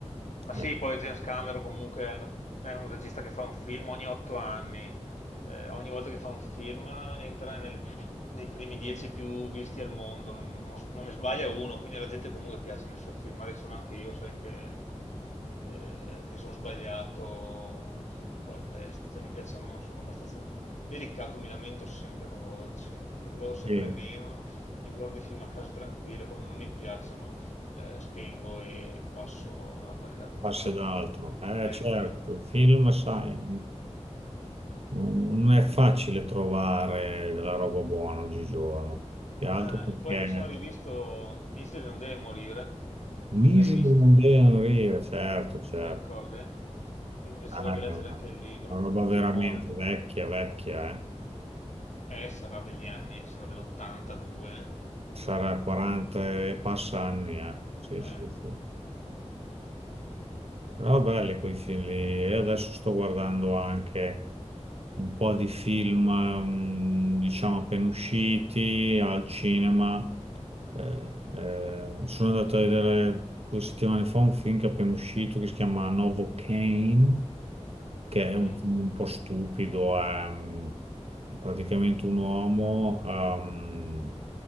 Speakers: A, on the left (about 75°); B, on the right (about 60°).
A: Ma
B: Ecco,
A: sì, poi James Cameron comunque è un è un regista che fa un film ogni otto anni. Eh, ogni volta che fa un film entra nelle- nei primi dieci più visti al mondo, non, non- non ne sbaglia uno, quindi alla gente comunque piacciono i suoi film. Magari sono anche io, sai, che, eh, che sono sbagliato con la testa. Cioè, mi piacciono, sono abbastanza delicato, mi lamento sempre quando vado al cinema. Infatti vado sempre
B: sì,
A: meno, mi guardo i film a casa tranquillo, quando non mi piacciono eh, spengo e passo da qualche altra
B: passi
A: parte.
B: ad altro.
A: ecco.
B: Eh,
A: Hai
B: certo,
A: capito?
B: il film, sai.
A: Così.
B: Non non è facile trovare la roba buona oggigiorno, più che altro
A: Eh,
B: perché
A: e poi mi sono rivisto Misery non deve morire.
B: misero
A: L'hai visto?
B: non devono dire, certo, certo.
A: Te lo ricordi? eh? Che mi piacerebbe
B: Ah, è
A: leggere
B: una,
A: anche il libro.
B: una roba veramente
A: Filmone.
B: vecchia, vecchia, eh.
A: Eh, sarà degli anni, sarà dell'82. Eh,
B: Sarà 40 e passa anni, eh. Sì,
A: Eh,
B: sì, sì. Però belli quei film lì. E adesso sto guardando anche un po' di film, mm, diciamo, appena usciti al cinema Eh, eh, sono andato a vedere due settimane fa un film che è appena uscito che si chiama Novocaine, che
A: ok,
B: è un film un po' stupido. È mm, praticamente un uomo ehm,